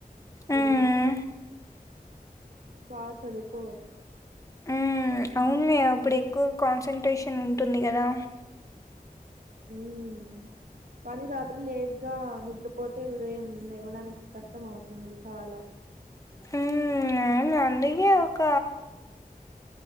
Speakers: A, on the right (about 65°); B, on the left (about 20°).
A: అప్పుడు
B: మ్మ్
A: బా చదుకో వచ్చు
B: హమ్ అవును అప్పుడు ఎక్కువగా కాన్సన్ట్రేషన్ ఉంటుంది కదా
A: హమ్ కానీ రాత్రి లేగా నిద్ర పోతే ఉదయం ఇవ్వడానికి కష్టం అవుతుంది చాలా
B: హమ్ అవును అందుకే ఒక